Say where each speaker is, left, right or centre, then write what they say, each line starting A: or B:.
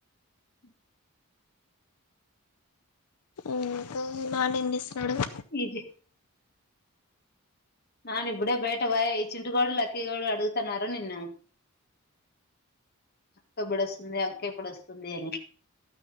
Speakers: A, on the left (about 45°); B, on the left (about 85°).
A: <inaudible>
B: ఇంకా నానీ తీసుకోరాదని
A: ఇదే నాన్న ఇప్పుడే బయట బయ చింటుగాడ లక్కీగాడు అడుగుతున్నారు నిన్ను, అక్క ఎప్పుడొస్తుంది అక్కే ఎప్పుడొస్తుంది అని.